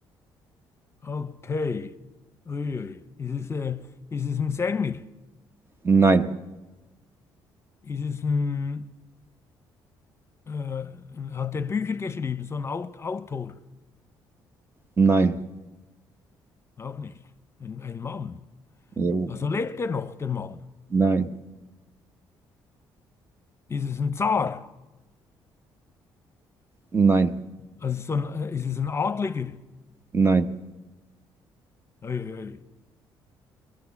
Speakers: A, on the left; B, on the right.
A: Okay. Uiui. Ist es, äh, ist es ein Sänger?
B: Nein.
A: Ist es ein, äh, ein- hat er Bücher geschrieben, so ein Aut Autor?
B: Nein.
A: Auch nicht. Ein, ein Mann.
B: Jo.
A: Also lebt er noch, der Mann?
B: Nein,
A: Ist es ein Zar?
B: nein,
A: Also so ein, äh, ist es ein Adliger?
B: nein,
A: Ei, ei, ei.